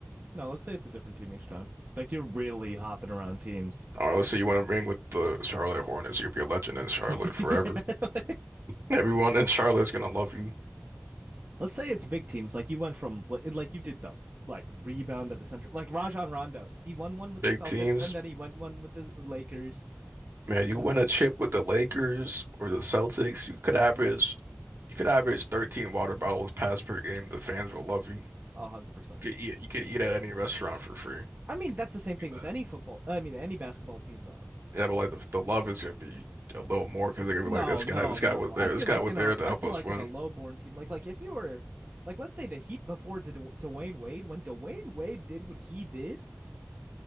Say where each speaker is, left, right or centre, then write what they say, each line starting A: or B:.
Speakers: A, on the right (about 50°); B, on the right (about 75°).
A: No, let's say it's a different team each time. Like you're really hopping around teams. <laughs>
B: Or let's say you want to ring with the Charlotte Hornets, you'll be a legend in Charlotte
A: Yeah,
B: forever.
A: like-
B: Everyone in Charlotte's gonna love you.
A: Let's say it's big teams. Like you went from like you did the like rebound of the century. Like Rajon Rondo, he won one with
B: Big
A: the Celtics,
B: teams,
A: and then he went one with the Lakers,
B: man, you
A: and
B: win
A: then
B: a chip with the Lakers or the Celtics, you could average you could average 13 water bottles passed per game. The fans will love you.
A: a hundred percent.
B: You could eat, you could eat at any restaurant for free.
A: I mean, that's the same thing
B: Like that.
A: with any football. I mean, any basketball team though.
B: Yeah, but like the, the love is gonna be a little more because they're gonna
A: No,
B: be like this
A: no,
B: guy, this
A: no.
B: guy was there,
A: I feel
B: this guy
A: like
B: was
A: in
B: there
A: a
B: to
A: I
B: help
A: feel
B: us
A: like
B: win.
A: in a low-born team, like like if you were like let's say the Heat before D Dwayne Wade, when Dwayne Wade did what he did,